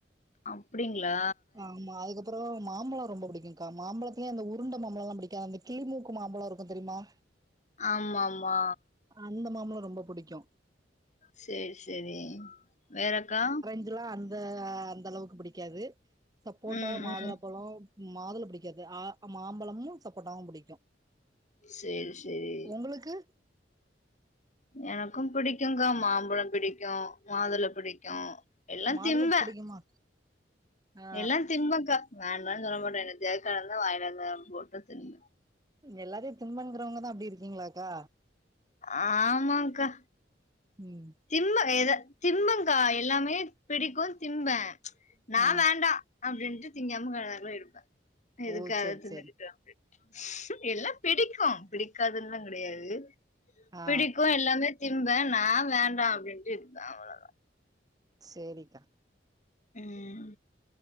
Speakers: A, on the left; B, on the right.
A: அப்டிங்ளா
B: ஆமா அதுக்கப் ப்றோ மாம்பழ ரொம்ப புடிக்குங்க்கா மாம்பழத்துலே அந்த உருண்ட மாம்பழலா பிடிக்காது அந்த கிளிமூக்கு மாம்பழ இருக்கு தெரியுமா
A: ஆமாம்மா
B: அந்த மாம்பழ ரொம்ப புடிக்கு
A: சேரி சேரி வேறக்கா
B: ரஞ்சுலா அந்த ஆ அந்த அளவுக்கு புடிக்காது சப்போட்டா
A: ம்
B: மாதுள
A: ம்
B: ப்பழ மாதுள புடிக்காது ஆ மாம்பழமு சப்போட்டாவு புடிக்கு
A: சேரி சேரி
B: உங்களுக்கு
A: எனக்கு பிடிக்குங்க்கா மாம்பழ பிடிக்கு மாதுள பிடிக்கு எல்லா
B: மாதுள
A: திம்ப
B: புடிக்குமா ஆ
A: எல்லா திம்பங்க்கா வேண்டானு சொல்ல மாட்ட என்னத்தையாது கடந்தா வாயில போட்டு திம்ப
B: எல்லாத்தியு திம்பேங்கறவங்கதா அப்டி இருக்கீங்களாக்கா
A: ஆமாங்க்கா
B: ம்
A: திம்ப எத திம்பங்க்கா எல்லாமே பிடிக்கு திம்ப நா
B: ஆ
A: வேண்டா அப்டின்ட்டு திங்காம கொள்ளாம இருப்ப எதுக்கு
B: ஓ
A: அத
B: சேரி
A: தின்னுக்குட்டு
B: சேரி
A: அப்டின்ட் ம் இல்ல பிடிக்கு‌ பிடிக்காதுன்னுல்லா கெடையாது
B: ஆ
A: பிடிக்கு எல்லாமே திம்ப நா வேண் டா அப்டின்ட்டு இருப்ப அவ்ளோ
B: சேரிக்கா
A: ம்